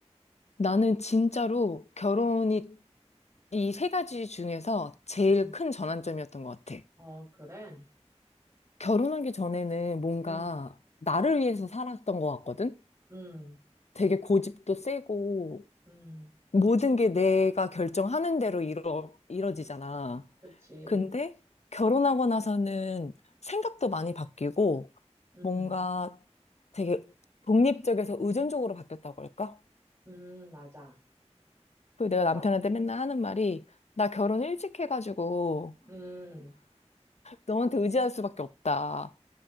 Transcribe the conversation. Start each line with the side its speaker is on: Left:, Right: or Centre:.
Left: 나는 진짜로 결혼이 이 세 가지 중에서 제일
Right: 음,
Left: 큰 전환점이었던 것 같아.
Right: 어, 그래?
Left: 결혼하기 전에는 뭔가
Right: 음,
Left: 나를 위해서 살았던 것 같거든?
Right: 음,
Left: 되게 고집도 세고
Right: 음,
Left: 모든 게 내가 결정하는 대로 이뤄, 이뤄지잖아.
Right: 그치.
Left: 근데 결혼하고 나서는 생각도 많이 바뀌고
Right: 음,
Left: 뭔가 되게 독립적에서 의존적으로 바뀌었다고 할까?
Right: 음, 맞아.
Left: 그 내가 남편한테
Right: 아,
Left: 맨날 하는 말이 나 결혼 일찍 해가지고
Right: 음,
Left: 너한테 의지할 수밖에 없다.